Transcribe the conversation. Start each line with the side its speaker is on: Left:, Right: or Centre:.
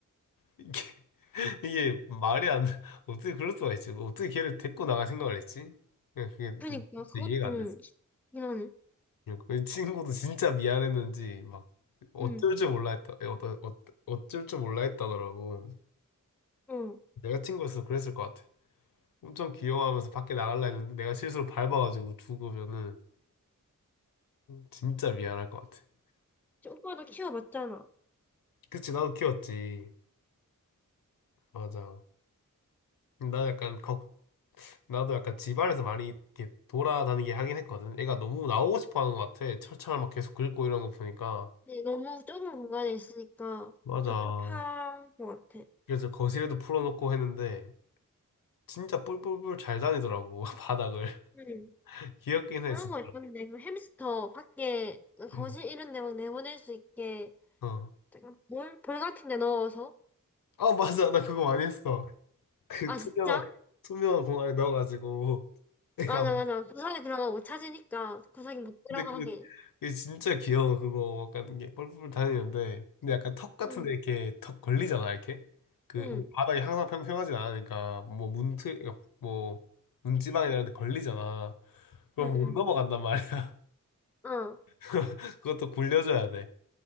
Left: 이게 <laughs> 이게 말이 안 돼. 어떻게 그럴 수가 있지? 어떻게 걔를 데리고 나갈 생각을 했지? 그냥 그게
Centre: 그니까 그것도
Left: 진짜 이해가
Centre: 좀
Left: 안 됐어.
Centre: 쉽긴 하네.
Left: 그 친구도 진짜 미안했는지 막 어쩔
Centre: 응.
Left: 줄 몰라 했다. 어, 어, 어, 어쩔 줄 몰라 했다더라고.
Centre: 어.
Left: 내가 친구였어 그랬을 것 같아. 엄청 귀여워하면서 밖에 나갈라 했는데 내가 실수로 밟아가지고 죽으면은 진짜 미안할 것 같아.
Centre: 오빠도 키워봤잖아.
Left: 그치, 나도 키웠지. 맞아. 나도 약간 걱, 나도 약간 집안에서 많이 이렇게 돌아다니게 하긴 했거든. 애가 너무 나오고 싶어 하는 것 같아. 철창을 막 계속 긁고 이런 거 보니까.
Centre: 근데 너무 좁은 공간에 있으니까
Left: 맞아.
Centre: 답답한 것 같아.
Left: 그래서 거실에도 풀어놓고 했는데 진짜 뿔뿔뿔 잘 다니더라고, <laughs> 바닥을.
Centre: 응.
Left: <laughs> 귀엽긴 해,
Centre: 그런
Left: 진짜.
Centre: 거 있던데, 그 햄스터 밖에 그 거실
Left: 음.
Centre: 이런 데 막 내보낼 수 있게
Left: 어.
Centre: 내가 볼, 볼 같은 데 넣어서.
Left: 아, 맞아. 나 그거 많이 했어. 그
Centre: 아,
Left: 투명한,
Centre: 진짜?
Left: 투명한 공간에 넣어가지고 애가
Centre: 맞아, 맞아. 구석에 들어가고 찾으니까 구석에 못
Left: 근데
Centre: 들어가게.
Left: 그게, 그게 진짜 귀여워 그거 약간 이게 뿔뿔 다니는데 근데 약간 턱 같은데
Centre: 응,
Left: 이렇게 턱 걸리잖아 이렇게 그
Centre: 응,
Left: 뭐 바닥이 항상 평평하진 않으니까 뭐 문틀 그러니까 뭐 문지방이 이런 데 걸리잖아 그럼
Centre: 응,
Left: 못 넘어간단 말이야
Centre: 응. 어,
Left: <laughs> 그것도 굴려줘야 돼